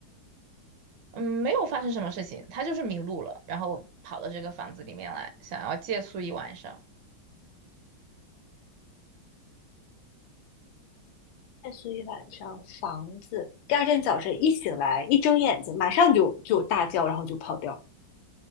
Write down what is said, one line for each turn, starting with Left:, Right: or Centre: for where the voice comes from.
Right: 嗯，没有发生什么事情，他就是迷路了，然后跑到这个房子里面来，想要借宿一晚上。
Left: 在所以晚上房子，第二天早晨一醒来，一睁眼睛马上就就大叫，然后就跑掉。